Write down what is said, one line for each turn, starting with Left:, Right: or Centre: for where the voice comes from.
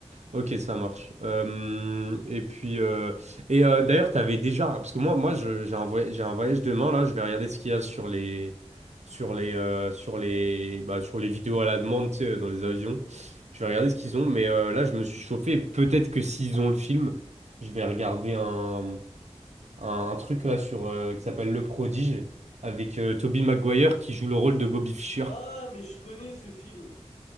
Right: Ok, ça marche. Euh, et puis, euh, et euh, d'ailleurs, t'avais déjà, parce que moi, moi, je- j'ai un voyage, j'ai un voyage demain là. Je vais regarder ce qu'il y a sur les, sur les, euh, sur les, bah, sur les vidéos à la demande, tu sais, dans les avions. Je vais regarder ce qu'ils ont. Mais euh, là, je me suis chauffé. Peut-être que s'ils ont le film, je vais regarder un, un, un truc là sur euh, qui s'appelle Le Prodige avec Toby Maguire qui joue le rôle de Bobby Fischer.
Left: Ah, mais je connais ce film.